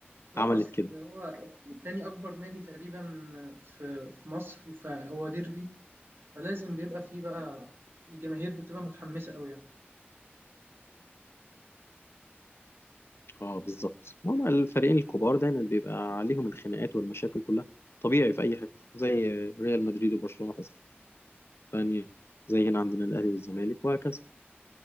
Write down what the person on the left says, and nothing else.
عملت
كده
اه بالظبط ما هما الفريقين الكبار دايما بيبقى عليهم الخناقات والمشاكل كلها طبيعي في اي حته زي ريال مدريد وبرشلونه في اسبانيا زي هنا عندنا الاهلي والزمالك وهكذا